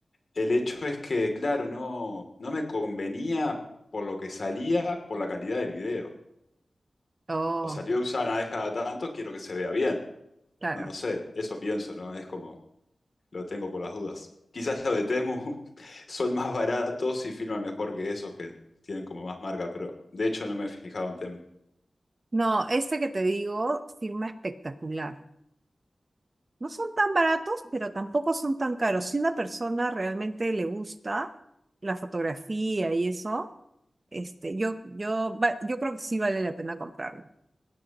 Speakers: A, on the left; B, on the right.
A: El hecho es que, claro, no, no me convenía por lo que salía, por la calidad del video.
B: Oh.
A: o salió usada una vez cada tanto, quiero que se vea bien.
B: Claro.
A: No, no sé, eso pienso, ¿no? Es como, lo tengo por las dudas. Quizás los de Temu <laughs> son más baratos y filman mejor que esos que tienen como más marca, pero de hecho no me he fijado en Temu.
B: No, este que te digo, firma espectacular. No son tan baratos, pero tampoco son tan caros. Si una persona realmente le gusta la fotografía y eso, este, yo, yo, va- yo creo que sí vale la pena comprarlo.